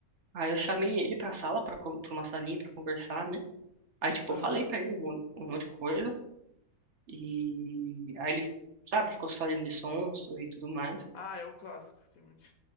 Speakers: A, on the right; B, on the left.
A: Aí eu chamei ele pra sala, pra, con- pra uma salinha pra conversar, né? Aí, tipo,
B: Aham.
A: eu falei pra ele um, mon- um monte de coisa. E aí ele, sabe, ficou se fazendo de sonso e tudo mais.
B: Ah, é o clássico. Tem muito.